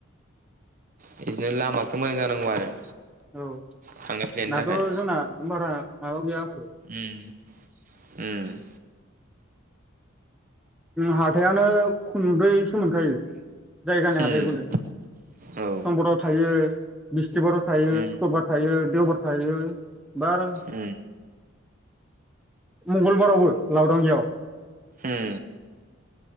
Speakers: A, on the right; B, in the centre.
A: बिदिनो लामाफ्रा मोजां जानांगौ आरो।
B: औ
A: थांलाय फैलायनि
B: दाथ
A: थाखाय
B: जोंना होनबारा आग <unintelligible>
A: उम उम
B: हाथायानो खुब्रैसो मोनखायो। जायगानि हादाइ
A: उम
B: गुदों
A: औ
B: सम्पदाव थायो। मिस- <unintelligible> सिबार थायो
A: उम
B: सुक्रबार थायो। देउबार थायो। बार
A: उम
B: मंगलबारावबो लावदांगियाव।
A: उम